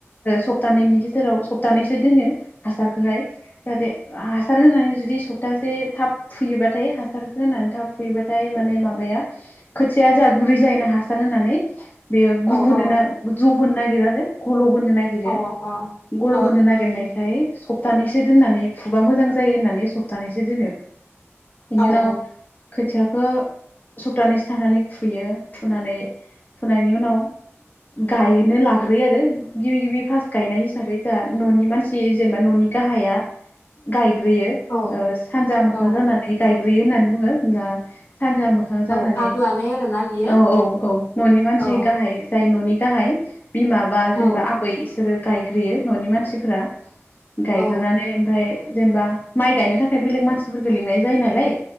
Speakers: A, on the left (about 35°); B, on the left (about 75°).
A: सप्तानैनि गेजेराव सप्तानैसो दोनो हासारखौहाय जाहाथे हासार होनानै जुदि सप्तासे थाब फुयोबाथाय हासार होनानै थाब फुयोबाथाय माने माबाया खोथिया जा गुरै जायोना हासार होननानै बेयो
B: औ
A: गुबुनो
B: औ
A: जबोनो नागिर आरो गल' गुबुनो नागिरो
B: अ
A: गल'
B: अ
A: बोनो नागिरनायखाय सपतानैसो से दोननानै फुबा मोजां जायो होननानै सप्तानैसो दोनो बेनि
B: औ
A: उनाव खोथियाखौ सप्तानैसो थानानै फुयो फुनानै फुनायनि उनाव गायनो लाग्रोयो आरो गिबि गिबि फार्स्ट गायनाय हिसाबै जा न'नि मानसि जेनेबा न'नि गाहाया गायो गायग्रोयो
B: औ
A: सानजा मोखां
B: औ
A: जानानै गायग्रोयो होननानै बुंङो सानजा मोखां जानानै
B: औ आग लानाय आरोना बियो
A: औ औ औ न'नि मानसि
B: औ
A: गाहाय जाय न'नि गाहाय बिमा बा जेनेबा
B: औ
A: आबै इसोरो गायग्रोयो न'नि मानसिफोरा गायग्रोनानै
B: औ
A: ओमफ्राय जेनेबा माइ गायनो थाखाय बेलेग मानसिफोरखौ लिंनाय जायो नालाय